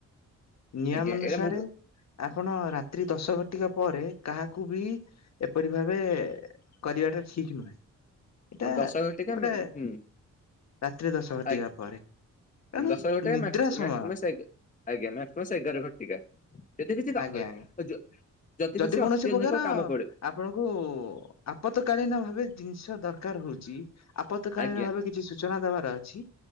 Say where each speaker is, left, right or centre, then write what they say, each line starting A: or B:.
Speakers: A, on the left; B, on the left.
A: ନିୟମ
B: ଆଜ୍ଞା
A: ଅନୁସାରେ
B: ଏଇଟା ମୁଁ
A: ଆ ଆପଣ ରାତ୍ରି ଦଶ ଘଟିକା ପରେ କାହାକୁ ବି ଏପରି ଭାବେ କରିବାଟା ଠି ଠିକ ନୁହେଁ ଏଇଟା
B: ଦଶ ଘଟିକା
A: ଗୋଟେ
B: ହୁଁ
A: ରାତ୍ରି ଦଶ ଘଟିକା
B: ଆଜ୍ଞା
A: ପରେ। କାରଣ
B: ଦଶ ଘଟିକା
A: ନିଦ୍ରା
B: <unintelligible>
A: ସମୟ
B: ଆଜ୍ଞା <unintelligible> ଏଗାର ଘଟିକା। <unintelligible>
A: ଆଜ୍ଞା ଆଜ୍ଞା ଯଦି କୌଣସି
B: ଅତ୍ୟଧିକ
A: ପ୍ରକାର
B: କାମ ପଡେ
A: ଆପଣଙ୍କୁ ଆପତକାଳୀନ ଭାବେ ଜିନିଷ ଜିନଷ ଦରକାର ହଉଛି ଆପତକାଳୀନ
B: ଆଜ୍ଞା
A: ଭାବେ କିଛି ସୂଚନା ଦବା ଅଛି